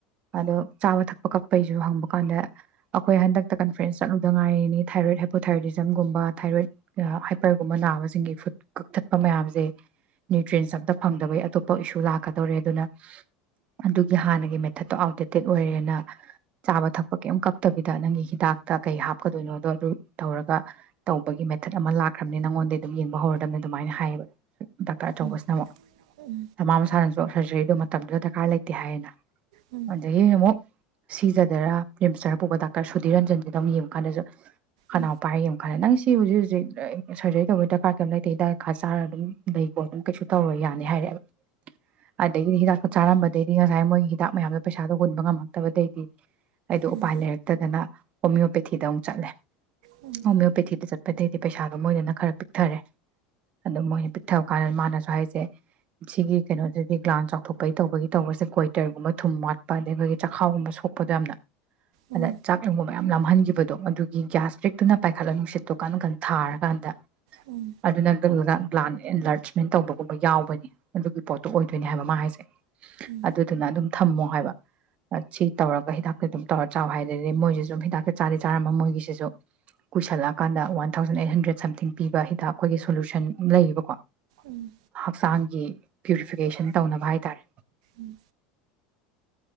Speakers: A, on the right (about 40°); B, on the right (about 75°).
A: ꯑꯗꯣ ꯆꯥꯕ ꯊꯛꯄ ꯀꯛꯄꯩꯁꯨ ꯍꯪꯕ ꯀꯥꯟꯗ ꯑꯩꯈꯣꯏ ꯍꯟꯗꯛ ꯀꯟꯐ꯭ꯔꯦꯟꯁ ꯆꯠꯂꯨꯗ ꯉꯥꯏꯔꯤꯅꯤ ꯊꯥꯏꯔꯣꯏꯗ ꯍꯥꯏꯄꯣꯊꯥꯏꯔꯣꯗꯤꯖꯝꯒꯨꯝꯕ ꯊꯥꯏꯔꯣꯏꯗ ꯍꯥꯏꯄꯔꯒꯨꯝꯕ ꯅꯥꯕꯁ ꯁꯤꯡꯒꯤ ꯐꯨꯗ ꯀꯛꯊꯠꯄ ꯃꯌꯥꯝꯁꯦ ꯅ꯭ꯌꯨꯇ꯭ꯔꯤꯟꯁ ꯑꯝꯇ ꯐꯪꯗꯕꯩ ꯑꯇꯣꯞꯄ ꯏꯁꯨ ꯂꯥꯛꯀꯗꯧꯔꯦ ꯑꯗꯨꯅ ꯑꯗꯨꯒꯤ ꯍꯥꯟꯅꯒꯤ ꯃꯦꯊꯠꯇꯣ ꯑꯥꯎꯠꯗꯦꯇꯦꯠ ꯑꯣꯏꯔꯦꯅ ꯆꯥꯕ ꯊꯛꯄ ꯀꯩꯝ ꯀꯞꯛꯇꯕꯤꯗ ꯅꯪꯒꯤ ꯍꯤ ꯀ ꯍꯥꯞꯀꯗꯣꯏꯅꯣꯗꯣ ꯑꯗꯨ ꯇꯧꯔꯒ ꯇꯧꯕꯒꯤ ꯃꯦꯊꯠ ꯑꯃ ꯂꯥꯛꯈ꯭ꯔꯕꯅꯤ ꯅꯪꯉꯣꯟꯗꯝ ꯌꯦꯡꯕ ꯍꯧꯔꯗꯕꯅꯤ ꯑꯗꯨꯃꯥꯏꯅ ꯍꯥꯏꯌꯦꯕ ꯗꯥꯛꯇꯔ ꯑꯆꯧꯕꯁꯤꯅ
B: ꯎꯝ
A: ꯑꯃꯨꯛ
B: ꯎꯝ
A: ꯃꯃꯥ ꯃꯁꯥꯅꯁꯨ ꯁꯔꯖꯔꯤꯗꯨ ꯃꯇꯝꯗꯨꯗ ꯗꯔꯀꯥꯔ ꯂꯩꯇꯦ ꯍꯥꯏꯌꯦꯅ
B: ꯎꯝ
A: ꯑꯗꯒꯤ ꯑꯃꯨꯛ ꯁꯤꯖꯗꯔ ꯔꯤꯝꯁꯇꯔ ꯄꯨꯕ ꯗꯥꯛꯇꯔ ꯁꯨ ꯔꯟꯖꯟꯁꯤꯗ ꯑꯃꯛ ꯌꯦꯡꯉꯨ ꯀꯥꯟꯗꯁꯨ ꯈꯅꯥꯎ
B: ꯎꯝ
A: ꯄꯥꯏꯔ ꯌꯦꯡꯌꯨ ꯀꯥꯟꯗ ꯅꯪ ꯁꯤ ꯍꯧꯖꯤꯛ ꯍꯧꯖꯤꯛ ꯁꯔꯖꯔꯤ ꯇꯧꯕꯩ ꯗꯔꯀꯥꯔ ꯀꯩꯝ ꯂꯩꯇꯦ ꯍꯤꯗꯥꯛ ꯈꯔ ꯆꯥꯔꯒ ꯑꯗꯨꯝ ꯑꯗꯨꯝ ꯀꯩꯁꯨ ꯇꯧꯔ ꯌꯥꯅꯤ ꯍꯥꯏꯔꯛꯑꯦꯕ ꯑꯗꯒꯤꯗꯤ ꯍꯤꯗꯥꯛꯇ ꯆꯥꯔꯝꯕꯗꯩꯗꯤ ꯉꯁꯥꯏ ꯃꯣꯏꯒꯤ ꯍꯤꯗꯥꯛ ꯃꯌꯥꯝꯗꯣ ꯄꯩꯁꯥꯗꯣ ꯍꯨꯟꯕ ꯉꯝꯃꯛꯇꯕꯗꯩꯗꯤ ꯑꯩꯗꯣ
B: ꯎꯝ
A: ꯎꯄꯥꯏ
B: ꯎꯝ
A: ꯂꯩꯔꯛꯇꯗꯅ ꯍꯣꯃꯤꯌꯣꯄꯦꯊꯤꯗ ꯑꯃꯨꯛ ꯆꯠꯂꯦ
B: ꯎꯝ
A: ꯍꯣꯃꯤꯌꯣꯄꯦꯊꯤꯗ ꯆꯠꯄ ꯑꯇꯩꯗꯤ ꯄꯩꯁꯥꯗꯣ ꯃꯣꯏꯗꯅ ꯈꯔ ꯄꯤꯛꯊꯔꯦ ꯑꯗꯨ ꯃꯣꯏꯅ ꯄꯤꯛ ꯄꯤꯊꯕ ꯀꯥꯟꯗ ꯃꯥꯅꯁꯨ ꯍꯥꯏꯁꯦ ꯁꯤꯒꯤ ꯀꯩꯅꯣꯗꯗꯤ ꯒ꯭ꯂꯥꯟ ꯆꯥꯎꯊꯣꯛꯄꯒꯤ ꯇꯧꯕꯒꯤ ꯇꯧꯕꯁꯦ ꯀꯒꯣꯏꯇꯔꯒꯨꯝꯕ ꯊꯨꯝ ꯋꯥꯠꯄ ꯑꯗꯗꯒꯤ ꯑꯩꯈꯣꯏꯒꯤ ꯆꯥꯛꯈꯥꯎꯒꯨꯝꯕ ꯁꯣꯛꯄꯗꯣ ꯌꯥꯝꯅ
B: ꯎꯝ
A: ꯑꯗ ꯆꯥꯛ ꯑꯗꯨꯒꯨꯝꯕ ꯃꯌꯥꯝ ꯂꯥꯝꯍꯟꯈꯤꯕꯗꯣ ꯑꯗꯨꯒꯤ ꯒ꯭ꯌꯥꯁ ꯄ꯭ꯔꯤꯛꯇꯨꯅ ꯄꯥꯏꯈꯠꯂ ꯅꯨꯡꯁꯤꯠꯇꯣ ꯀꯟ ꯀꯟ ꯊꯥꯔꯀꯥꯟꯗ
B: ꯎꯝ
A: ꯑꯗꯨꯅꯒ ꯒ꯭ꯂꯥꯟ ꯑꯦꯟꯂꯔꯆ ꯃ ꯇꯧꯕꯒꯨꯝꯕ ꯌꯥꯎꯕꯅꯤ ꯑꯗꯨꯒꯤ ꯄꯣꯠꯇꯣ ꯑꯣꯏꯗꯣꯏꯅꯦ ꯍꯥꯏꯕ ꯃꯥ ꯍꯥꯏꯁꯦ
B: ꯎꯝ
A: ꯑꯗꯨꯗꯨꯅ ꯑꯗꯨꯝ ꯊꯝꯃꯣ ꯍꯥꯏꯕ ꯁꯤ ꯇꯧꯔꯒ ꯍꯤꯗꯥꯛꯇ ꯑꯗꯨꯝ ꯇꯧꯔ ꯆꯥꯎꯋ ꯍꯥꯏꯗ ꯗꯩ ꯃꯣꯏꯁꯤ ꯁꯨꯝ ꯍꯤꯗꯥꯛꯇ ꯆꯥꯗꯤ ꯆꯥꯔꯃ ꯃꯣꯏꯒꯤꯁꯤꯁꯨ ꯀꯨꯏꯁꯜꯂꯛꯑꯀꯥꯟꯗ one thousand eight hundred something ꯄꯤꯕ ꯍꯤꯗꯥꯛ ꯑꯩꯈꯣꯏꯒꯤ ꯁꯣꯂꯨꯁꯟ ꯂꯩꯌꯦꯕꯀꯣ
B: ꯂꯩꯌꯦꯕꯀꯣ
A: ꯍꯛꯆꯥꯡꯒꯤ ꯄ꯭ꯌꯨꯔꯤꯐꯤꯀꯦꯁꯟ
B: ꯎꯝ
A: ꯇꯧꯅꯕ ꯍꯥꯏꯇꯥꯔꯦ
B: ꯎꯝ